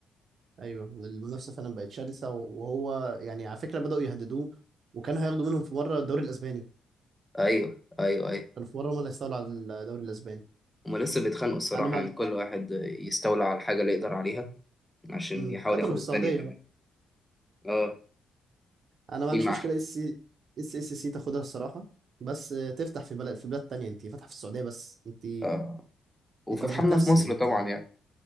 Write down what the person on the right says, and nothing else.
ايوه المنافسة فعلا بقت شرسة وهو يعني على فكرة بدأوا يهددوه وكانوا هياخدوا منهم في مرة الدوري الأسباني
كانوا في مرة هم اللي هيستولوا على الدوري الأسباني
أنا مع
مم.
قطر
والسعودية
بقى.
انا ما
عنديش
مشكله اس اس اس سي تاخدها الصراحه بس آه، تفتح في بلد في بلاد تانية انت فاتحه في السعوديه بس انت
انت مش بتنافسي
انت